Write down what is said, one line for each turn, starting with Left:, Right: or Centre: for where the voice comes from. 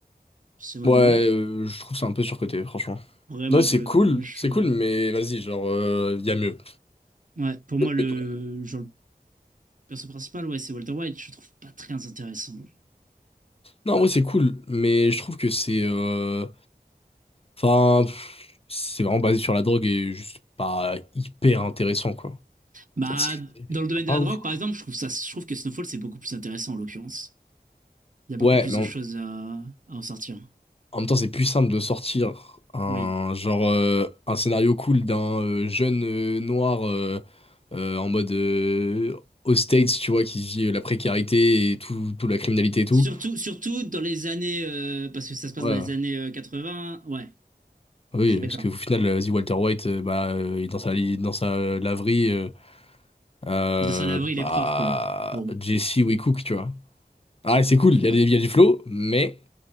Right: C'est en mode,
Left: Ouais,
Right: ouais,
Left: euh, je trouve ça un peu surcoté, franchement.
Right: vraiment
Left: Ouais, c'est
Right: pour le
Left: cool,
Right: coup. Moi, je suis.
Left: c'est cool, mais vas-y, genre, il y a mieux.
Right: Ouais, pour moi,
Left: Y a mieux
Right: le,
Left: et tout.
Right: genre, le perso principal, ouais, c'est Walter White. Je le trouve pas très intéressant.
Left: Non, ouais, c'est cool, mais je trouve que c'est... euh, Enfin, pff, c'est vraiment basé sur la drogue et juste pas hyper intéressant, quoi.
Right: Bah,
Left: C'est
Right: dans le domaine de
Left: pas
Right: la drogue,
Left: ouf, quoi.
Right: par exemple, je trouve ça, je trouve que Snowfall, c'est beaucoup plus intéressant en l'occurrence. Il y a beaucoup
Left: Ouais,
Right: plus
Left: mais
Right: de
Left: en,
Right: choses à, à en sortir.
Left: en même temps, c'est plus simple de sortir un
Right: Oui.
Left: genre euh, un scénario cool d'un euh, jeune euh, noir euh, euh, en mode euh, aux States, tu vois, qui vit euh, la précarité et tout, toute la criminalité et tout,
Right: Surtout, surtout dans les années, euh, parce que ça se passe
Left: Ouais,
Right: dans les
Left: ouais.
Right: années euh, 80. Ouais,
Left: Ah oui,
Right: je suis
Left: parce
Right: d'accord.
Left: que au final, euh, vas-y, Walter White, euh, bah, euh, il est dans sa, li- dans sa euh, laverie, euh, euh,
Right: De ça, l'abri,
Left: bah,
Right: les preuves, quoi. Bon.
Left: Jesse ou Cook tu vois. Ah, c'est cool,
Right: c'est
Left: il y a
Right: vrai.
Left: des, il y a du flow, mais